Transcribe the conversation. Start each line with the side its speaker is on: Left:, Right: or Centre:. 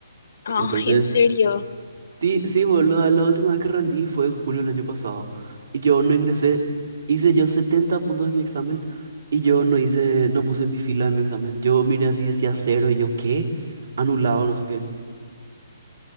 Left: Ah,
Right: Entonces,
Left: en serio,
Right: sí, sí, boludo, la última vez que rendí fue en junio del año pasado. Y yo no ingresé, hice yo 70 puntos en mi examen y yo no hice, no puse mi fila en mi examen. Yo miré así, decía cero y yo, ¿qué? Anulado, no sé qué.